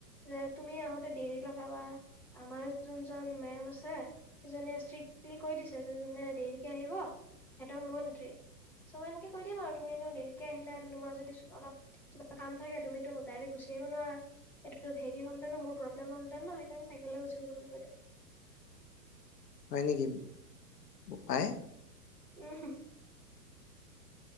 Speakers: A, in the centre; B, on the left.
A: যে তুমি আহোতে দেৰি লগাবা, আমাৰ যোনজন মেম আছে, সেইজনীয়ে ষ্ট্ৰিক্টলি কৈ দিছে যে যোনে দেৰিকে আহিব সিহঁতৰ নো এন্ট্ৰী, চব এনেকে কৈ দিম আৰু তুমি এনেও দেৰিকে আহিলা তোমাৰ যদি অলপ কিবা কাম থাকে, তুমিতো ডাইৰেক্ট গুচি আহিব নোৱাৰা, হেৰি হলহতেন নহ, মোৰ প্ৰব্লেম হলহেতেন নহ সেইকাৰণে চাইকেল লৈ গুচি গলো বুলি কৈ দিম।
B: হয় নেকি বোপাই
A: উমহো